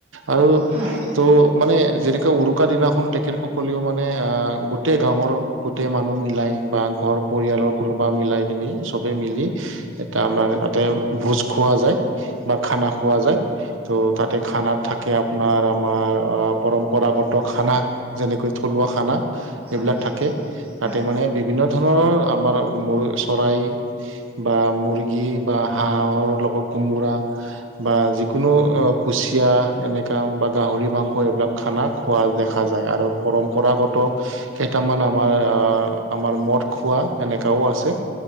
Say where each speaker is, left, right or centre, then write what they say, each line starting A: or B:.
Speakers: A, on the right; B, on the right.
A: আৰু
B: হয়
A: তো মানে যেনেকৈ উৰুকা দিনা তেখেতসকলেও মানে অ'- গোটেই গাঁৱৰ গোটেই মানুহ মিলাই বা ঘৰ পৰিয়ালৰ কোনোবা মিলাই কেনি চবে মিলি এটা আমাৰ তাতে ভোজ খোৱা যায় বা খানা খোৱা যায়। তো তাতে খানাত থাকে আপোনাৰ আমাৰ অ'- পৰম্পৰাগত খানা। যেনেকৈ থলুৱা খানা।
B: হয়
A: সেইবিলাক থাকে।
B: হয়
A: তাতে মানে বিভিন্ন ধৰণৰ আমাৰ মুল চৰাই বা মুৰ্গী বা হাঁহৰ লগত কোমোৰা, বা যিকোনো অ'- কুচিয়া এনেকা বা গাহৰি মাংস এইবিলাক খানা খোৱা দে খা যায়। আৰু পৰম্পৰাগত কেইটামান আমাৰ অ'- আমাৰ মদ খোৱা এনেকাও আছে।